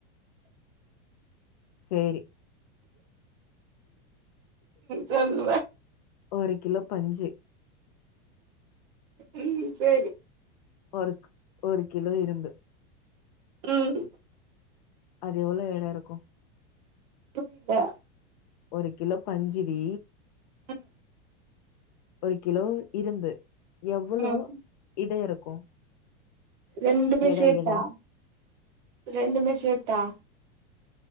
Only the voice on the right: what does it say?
சொல்லுவ
ம் சேரி
ம்
புரில
ம்
ம்
ரெண்டுத்துயும்
சேத்தா
ரெண்டுமே சேர்த்தா